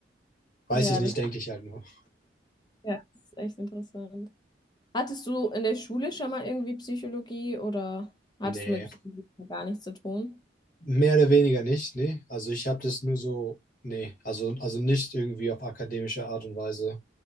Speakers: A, on the left (about 50°); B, on the left (about 25°).
A: Weiß
B: ja,
A: ich nicht,
B: das,
A: denke ich halt nur.
B: ja, das ist echt interessant. Hattest du in der Schule schon mal irgendwie Psychologie oder hattest
A: Nee,
B: du mit Psychologie gar nichts zu tun?
A: mehr oder weniger nicht, nee. Also ich habe das nur so, nee, also, also nicht irgendwie auf akademische Art und Weise,